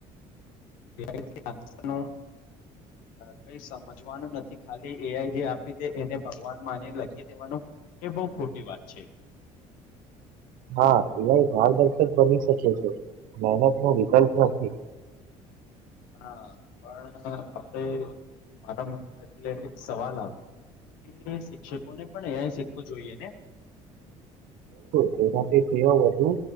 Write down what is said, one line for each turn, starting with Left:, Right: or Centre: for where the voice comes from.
Left: <unintelligible> કઈ સમજવાનું નથી ખાલી એઆઈ જે આપી તે એને ભગવાન માને લખી દેવાનું એ બહુ ખોટી વાત છે.
Right: હા એલા ભારદર્શક બની શકે છે મહેનત નો વિકલ્પ નથી.
Left: હા પણ આપડે મારા મનમાં એટલે એક સવાલ આવે કે શિક્ષકો ને પણ એઆઇ શીખવું જોઈએ ને?
Right: તેમાંથી તેઓ વધુ